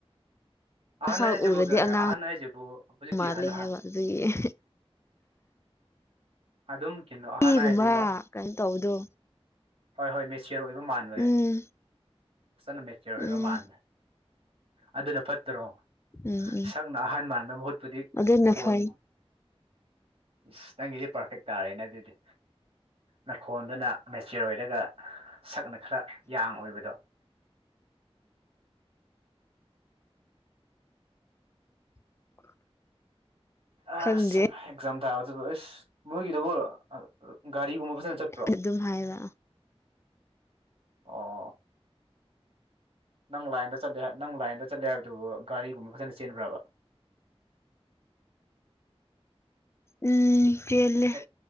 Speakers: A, on the right; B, on the left.
A: ꯑꯍꯟ
B: ꯁꯛ
A: ꯍꯥꯏꯁꯤꯕꯨ
B: ꯎꯔꯗꯤ ꯑꯉꯥꯡ
A: ꯑꯍꯟ ꯍꯥꯏꯁꯤꯕꯨ ꯍꯧꯖꯤꯛꯀꯤ
B: ꯃꯥꯜꯂꯦ
A: ꯑꯍꯟ
B: ꯍꯥꯏꯕ ꯑꯗꯨꯒꯤ <inaudible>
A: ꯑꯗꯨꯝ ꯀꯤꯅꯣ ꯑꯍꯟ
B: ꯏꯒꯨꯝꯕ
A: ꯍꯥꯏꯖꯤꯂꯣ
B: ꯀꯩꯅꯣ ꯇꯧꯕꯗꯣ
A: ꯍꯣꯏ ꯍꯣꯏ ꯃꯦꯆꯤꯌꯣꯔ ꯑꯣꯏꯕ ꯃꯥꯜꯂꯦ
B: ꯎꯝ
A: ꯐꯖꯟꯅ ꯃꯦꯆꯤꯌꯣꯔ
B: ꯎꯝ
A: ꯑꯣꯏꯕ ꯃꯥꯜꯂꯦ ꯑꯗꯨꯅ ꯐꯠꯇ꯭ꯔꯣ
B: ꯎꯝ ꯎꯝ
A: ꯁꯛꯅ ꯑꯍꯥꯟ ꯃꯥꯟꯕ ꯃꯍꯨꯠꯄꯨꯗꯤ
B: ꯑꯗꯨꯅ
A: ꯈꯣꯟ
B: ꯐꯩ
A: ꯏꯁ ꯅꯪꯒꯤꯗꯤ ꯄꯔꯐꯦꯛ ꯇꯥꯔꯦꯅꯦ ꯑꯗꯨꯗꯤ ꯅꯈꯣꯟꯗꯨꯅ ꯃꯦꯆꯤꯌꯣꯔ ꯑꯣꯏꯔꯒ ꯁꯛꯅ ꯈꯔ ꯌꯥꯡ ꯑꯣꯏꯕꯗꯣ <inaudible>
B: <inaudible>
A: ꯑꯁ
B: ꯈꯪꯗꯦ
A: ꯑꯦꯛꯖꯥꯝ ꯊꯥꯕꯗꯨꯕꯨ ꯏꯁ ꯃꯣꯏꯒꯤꯗꯨꯕꯨ ꯒꯥꯔꯤꯒꯨꯝꯕ ꯐꯖꯟ ꯆꯠꯄ꯭ꯔꯣ
B: ꯑꯗꯨꯝ ꯍꯥꯏꯕ
A: ꯑꯣ ꯅꯪ ꯂꯥꯏꯟꯗ ꯆꯠꯂꯦ ꯅꯪ ꯂꯥꯏꯟꯗ ꯆꯠꯂꯦ ꯍꯥꯏꯕꯗꯨꯕꯨ ꯒꯥꯔꯤꯒꯨꯝꯕ ꯐꯖꯅ ꯆꯦꯟꯕ꯭ꯔꯕ <inaudible>
B: ꯎꯝ ꯆꯦꯜꯂꯦ
A: ꯑꯦ